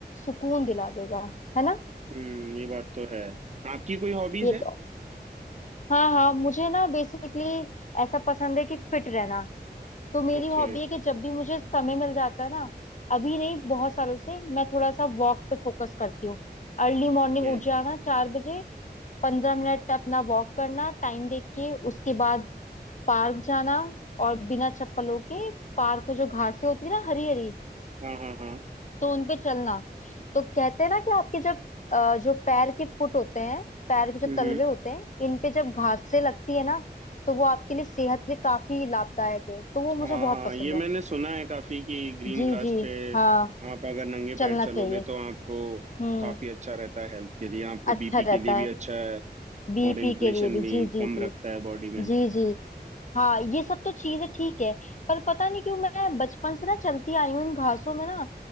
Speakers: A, on the left; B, on the right.
A: सुकून दिला देगा है ना
B: हम्म, ये बात तो है आपकी कोई हॉबीज
A: ये
B: है
A: तो हाँ हाँ मुझे ना बेसिकली ऐसा पसंद है कि फिट रहना तो मेरी
B: ओके
A: हॉबी है कि जब भी मुझे समय मिल जाता है ना अभी नहीं बहुत सालों से मैं थोड़ा सा वॉक पे फोकस करती हूँ अर्ली मॉर्निंग
B: ओके
A: उठ जाना चार बजे पंद्रह मिनट अपना वॉक करना टाइम देख के उसके बाद पार्क जाना और बिना चप्पलों के पार्क में जो घासें होती है ना हरी हरी
B: हाँ हाँ हाँ
A: तो उनपे चलना तो कहते हैं ना कि आपके जब अ, जो पैर के फुट होते हैं पैर के जो
B: हम्म
A: तलवे होते हैं इन पे जब घासें लगती है ना तो वो आपके लिए सेहत के लिए काफी लाभदायक है तो वो मुझे
B: हाँ
A: बहुत
B: हाँ
A: पसंद
B: ये मैंने
A: है
B: सुना है काफी कि ग्रीन
A: जी
B: ग्रास
A: जी
B: पे
A: हाँ
B: आप अगर नंगे
A: चलना
B: पैर चलोगे
A: चाहिए
B: तो आपको
A: हम्म
B: काफी अच्छा रहता है हेल्थ के लिए आपका
A: अच्छा
B: बीपी के
A: रहता
B: लिए भी
A: है
B: अच्छा है
A: बीपी
B: और इन्फ्लेशन
A: के लिए भी
B: भी
A: जी
B: कम
A: जी जी
B: रखता है बॉडी में
A: जी जी हाँ ये सब तो चीजें ठीक है पर पता नहीं क्यों मैं बचपन से ना चलती आई हूँ इन घासों में ना